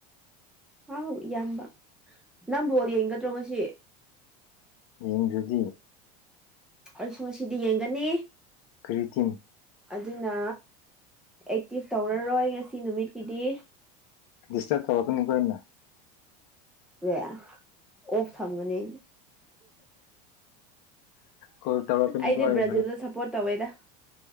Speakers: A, in the centre; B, on the left.
A: ꯑꯥꯎ ꯏꯌꯥꯝꯕ ꯅꯪꯝꯕꯣꯜ ꯌꯦꯡꯒꯗ꯭ꯔꯣ ꯉꯁꯤ
B: ꯌꯦꯡꯗꯗꯤ
A: ꯑꯩꯁꯨ ꯉꯁꯤꯗꯤ ꯌꯦꯡꯒꯅꯤ
B: ꯀꯔꯤ ꯇꯤꯝ
A: ꯑꯗꯨꯅ ꯑꯦꯛꯇꯤꯚ ꯇꯧꯔꯔꯣꯏ ꯉꯁꯤ ꯅꯨꯃꯤꯠꯀꯤꯗꯤ
B: ꯗꯤꯁꯇꯔ ꯇꯧꯈ ꯀꯣꯏꯅ
A: ꯑꯦ ꯑꯣꯐ ꯊꯝꯅꯦ
B: ꯀꯣꯜ ꯇꯧꯔꯛꯀꯅꯤꯀꯣ
A: ꯑꯩꯗꯤ
B: ꯑꯩ
A: ꯕ꯭ꯔꯥꯖꯤꯜꯗ ꯁꯞꯄꯣꯔꯠ ꯇꯧꯋꯦꯗ